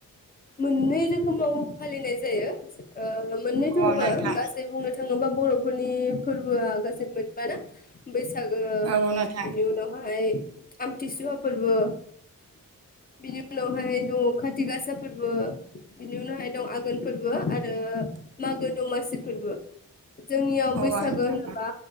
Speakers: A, on the left (about 25°); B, on the right (about 50°).
A: मोनै गावबा गाव फालिनाय जायो ओ मोननायथ'
B: अ
A: नङा
B: नोंथां
A: गासै बुंनो थाङोबा बर' फोरनि फोरबोआ गासै मोनबा ना बैसा गो,
B: औ नोंथां
A: बिनि उनावहाय आमथिसुवा फोरबो, बिनि उनावहाय दङ खाथि गासा फोरबो, बिनि उनावहाय दं आगोन फोरबो आरो मागो दमासि फोरबो। जोंनियाव
B: अ
A: बैसागो
B: नोंथां
A: होनोबा